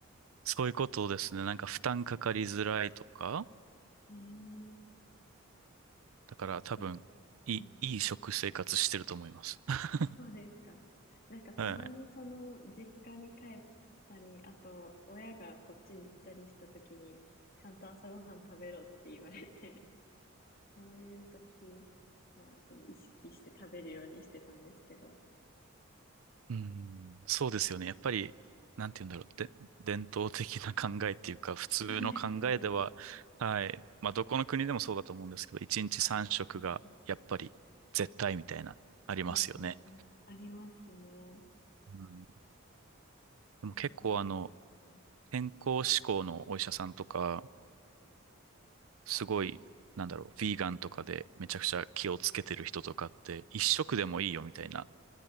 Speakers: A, on the right (about 80°); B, on the left (about 45°).
A: そういうことですね。なんか負担かかりづらいとか、
B: えー、
A: だから多分、
B: まあ、す
A: いい、
B: ごはい。
A: いい食生活してると思います。<laughs>
B: あ、そうですか。なんかたまにその実家に帰ったり、
A: はい。
B: あと親がこっちに来たりした時に、ちゃんと朝ごはん食べろって言われて、<laughs> そういう時はその意識して食べるようにしてたんですけど。
A: うん、そうですよね。やっぱり、なんて言うんだろう。で、伝統的な考えっていうか、普通の考えでは、
B: そうですね。
A: はい。まあ、どこの国でもそうだと思うんですけど、1日3食が、
B: あああ
A: やっぱり、絶対みたいな、ありますよね。
B: あああありますね。
A: うん、でも結構、
B: じゃあ今度。
A: あの、
B: はい。
A: 健康志向のお医者さんとか、すごい、なんだろう、ヴィーガンとかでめちゃくちゃ気をつけてる人とかって、一食でもいいよみたいな
B: はい